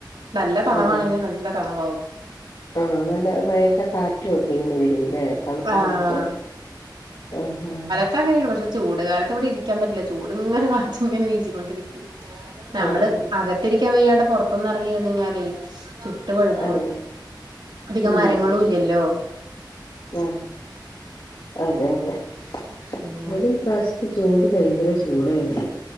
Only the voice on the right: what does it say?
നല്ല തണവാണെങ്കി
നല്ല തണവാവും
ആഹ്
ത്ത അങ്ങനേണ് പക്ഷെ ചൂട് കാലത്ത് ഇവിടെ ഇരിക്കാൻ പറ്റില്ല ചൂട്ങ്ങനെ കാറ്റ് ഇങ്ങനെ വീശി കൊണ്ട് ഇരിക്കും നമ്മള്
അകത്ത് ഇരിക്കാൻ വയ്യാണ്ട് പൊറത്തൊന്ന് എറങ്ങി ഇരിന്ന് കഴിഞ്ഞാലേ ചൂ ട്ട് പഴുക്കും
അധികം
മരങ്ങളും ഇല്ല്യല്ലോ?
അങ്ങനെ